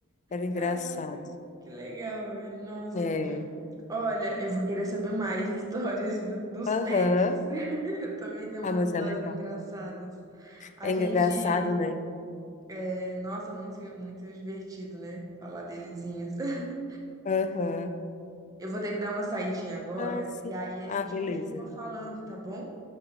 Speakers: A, on the left; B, on the right.
A: Era engraçado.
B: Caraca, que legal, velho. Nossa.
A: É.
B: Olha, eu vou querer saber mais <laughs> histórias do- dos
A: Aham.
B: pets. <laughs> Eu também tenho
A: Ah,
B: umas
A: mas
B: histórias
A: é legal.
B: engraçadas. A
A: É
B: gente,
A: engraçado, né?
B: é, nossa, muito, muito divertido, né? Falar delezinhos. <laughs>
A: Aham.
B: Eu vou ter que dar uma saidinha agora
A: Ah, sim.
B: e aí a
A: Ah,
B: gente
A: beleza.
B: continua falando, tá bom?